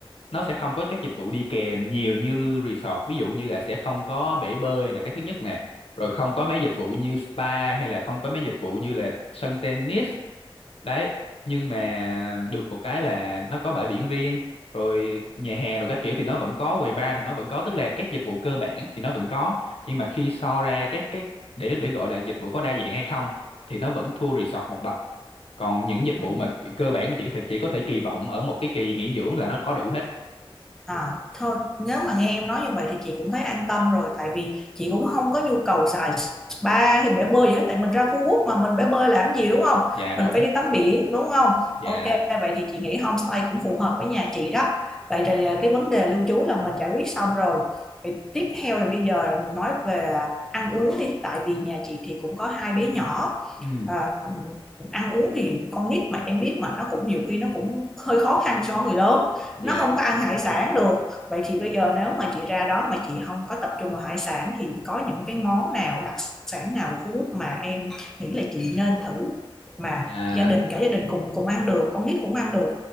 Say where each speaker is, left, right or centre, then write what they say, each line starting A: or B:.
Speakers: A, on the left; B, in the centre.
A: nó sẽ không có các dịch vụ đi kèm nhiều như resort, ví dụ như là sẽ không có bể bơi là cái thứ nhất nè, rồi không có mấy dịch vụ như spa hay là không có mấy dịch vụ như là sân tennis đấy nhưng mà được một cái là nó có bãi biển riêng rồi nhà hàng rồi các kiểu thì nó vẫn có quầy bar thì nó vẫn có tức là các dịch vụ cơ bản thì nó vẫn có nhưng mà khi so ra các cái để để gọi là dịch vụ có đa dạng hay không thì nó vẫn thua resort một bậc còn những dịch
B: ừ.
A: vụ mà chỉ- cơ bản mà chỉ có thể chỉ có thể kỳ vọng ở một cái kỳ nghỉ dưỡng là nó có đủ hết
B: À, thôi nếu mà nghe em nói như vậy thì chị cũng thấy an tâm rồi tại vì chị cũng không có nhu cầu xài spa hay bể bơi gì hết tại mình ra Phú Quốc mà mình bể bơi làm gì đúng không
A: dạ
B: mình
A: đúng
B: phải đi tắm biển đúng không
A: dạ
B: ok vậy thì chị nghĩ homestay cũng phù hợp với nhà chị đó vậy thì à, cái vấn đề lưu trú là mình giải quyết xong rồi Vậy tiếp theo là bây giờ nói về ăn uống đi tại vì nhà chị thì cũng có hai bé nhỏ
A: ừ
B: à, ăn uống thì con nít mà em biết mà nó cũng nhiều khi nó cũng hơi khó khăn so với người lớn
A: dạ
B: nó không có ăn hải sản được vậy thì bây giờ nếu mà chị ra đó mà chị không có tập trung vào hải sản thì có những cái món nào đặc sản nào của Phú Quốc mà em nghĩ là chị nên thử mà
A: à
B: gia đình cả gia đình cùng cùng ăn được con nít cũng ăn được